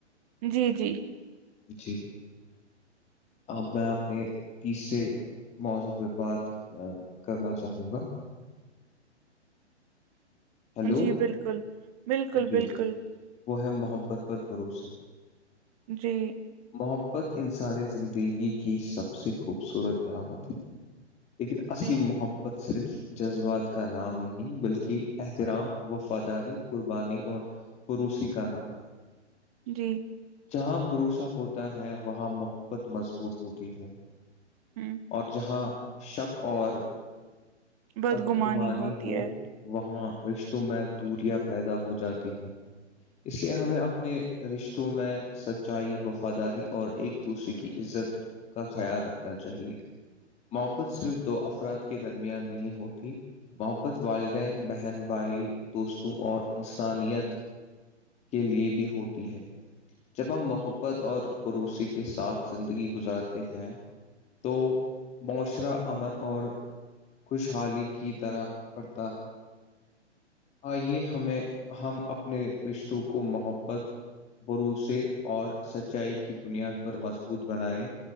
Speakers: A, on the right; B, on the left.
A: جی جی
B: جی اب میں اپنے تیسرے موضوع پہ بات کرنا چاہوں گا ہیلو
A: جی بالکل بالکل
B: جی
A: بالکل
B: وہ ہے محبت پر بھروسہ
A: جی
B: محبت انسانی زندگی کی سب سے خوبصورت نعمت ہے لیکن اصلی
A: جی
B: محبت صرف جذبات کا نام نہیں بلکہ احترام وفاداری قربانی اور بروسی کا نام ہے
A: جی
B: جہاں بھروسہ ہوتا ہے وہاں محبت مضبوط ہوتی ہے
A: ہوں
B: اور جہاں شک اور
A: بدگمانی
B: بد کمانی
A: ہوتی
B: ہو
A: ہے
B: وہاں رشتوں میں دوریاں پیدا ہو جاتی ہے اس لیے ہمیں اپنے رشتوں میں سچائی وفاداری اور ایک دوسرے کی عزت کا خیال رکھنا چاہیے محبت صرف دو افراد کے درمیان نہیں ہوتی محبت والد بہن بھائی دوستوں اور انسانیت کے لیے بھی ہوتی ہے جب ہم محبت اور بروسے کے ساتھ زندگی گزارتے ہیں تو معاشرہ امن اور خوشحالی کی طرح ت آئیے ہمیں ہم اپنے رشتوں کو محبت بھروسے اور سچائی کی بنیاد پر مضبوط بنائے